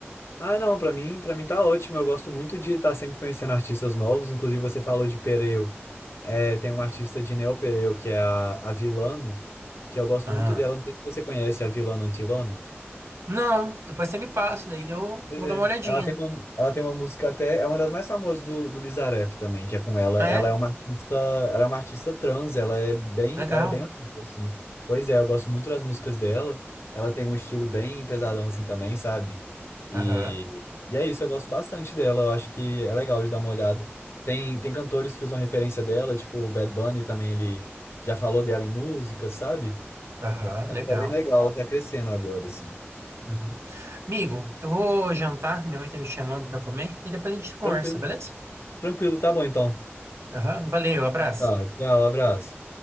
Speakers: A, on the left (about 65°); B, on the right (about 80°).
A: Ah, não, pra mim, para mim tá ótimo. Eu gosto muito de estar sempre conhecendo artistas novos. Inclusive, você falou de Pereu. É, tem uma artista de Neo Pereu, que é a, a Vilano, que eu gosto
B: Ah.
A: muito dela. Não sei se você conhece a Vilano Antilano.
B: Não, depois você me passa, daí eu
A: Pois
B: vou
A: é.
B: dar uma olhadinha.
A: Ela tem uma, ela tem uma música até, é uma das mais famosas do, do Bizarrap também, que é com ela.
B: Ah,
A: Ela
B: é?
A: é uma artista, ela é uma artista trans, ela é bem,
B: Legal.
A: ela é bem legal, assim. Pois é, eu gosto muito das músicas dela. Ela tem um estilo bem pesadão assim também, sabe? E,
B: Aham,
A: e é isso, eu gosto bastante dela. Eu acho que é legal de dar uma olhada. Tem, tem cantores que usam referência dela, tipo o Bad Bunny também, ele já falou dela em música, sabe?
B: aham,
A: Ela
B: legal.
A: tá bem legal, ela tá crescendo agora, assim.
B: Uhum. Amigo, eu vou jantar, minha mãe tá me chamando para comer e depois a gente conversa,
A: Tranquilo,
B: beleza?
A: tranquilo, tá bom então.
B: Aham, valeu, abraço.
A: Tá, tchau, abraço.